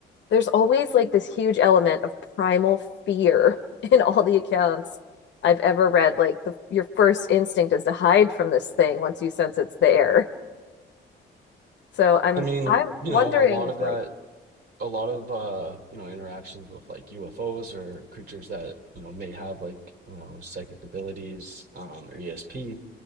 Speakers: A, on the left; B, on the right.
A: there's always like this huge element of primal fear <laughs> in all the accounts I've ever read. Like the your first instinct is to hide from this thing once you sense it's there. So I'm
B: i mean
A: I'm
B: you
A: wondering
B: know a lot
A: if
B: of that
A: like
B: a lot of uh you know interactions with like ufos or creatures that you know may have like you know psychic abilities um or esp